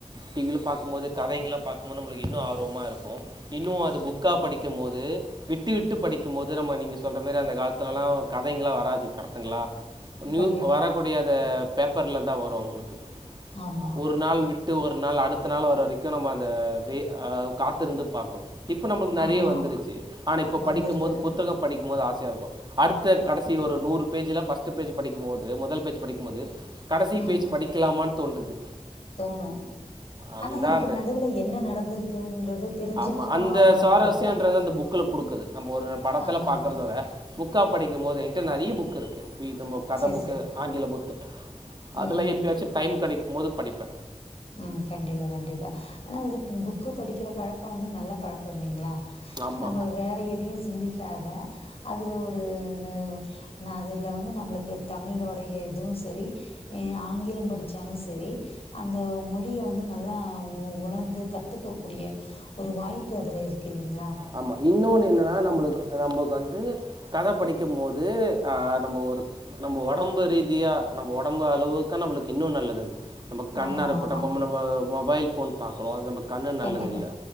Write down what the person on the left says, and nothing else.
கண்டிப்பா
ஆமா
ஆமா
வந்திருக்குது
ம்
தோணு
ஆனா இதுக்கு
நடுவுல என்ன நடந்திருக்குன்றது தெரிஞ்சுக்கவு
ஆர்வமா
இருப்போ
ஆமா
சேர்
சேர்
ம்
ம் கண்டிப்பா கண்டிப்பா ஆனா இது பு புக்கு படிக்கிற பழக்கோ வந்து நல்ல பழக்கோ இல்லைங்ளா
நம்ம வேற எதையு சிந்திக்காத அதுல ஒரு ஒரு நா அதுல வந்து நம்முளுக்கு தமிழோடைய இதுவு செரி எ ஆங்கிலோ படிச்சாலு செரி அந்த மொழிய வந்து நல்லா உ உணர்ந்து கத்துக்க கூடிய ஒரு வாய்ப்பு அதுல இருக்கு இல்லீங்களா
ஆமா
ஆமா
கண்டிப்பா